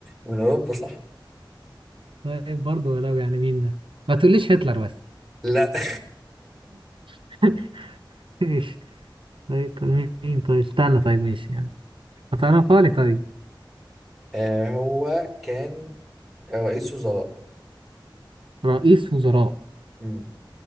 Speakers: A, in the centre; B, on the right.
A: من أوروبا صح
B: طيب برضه ولو يعني مين ده ما تقوليش هتلر بس
A: لا <laughs>
B: <laughs> ماشي طيب طيب مين طيب استنى طيب ماشي يعني هتعرفها لي طيب
A: آه هو كان رئيس وزراء
B: رئيس وزراء
A: مم.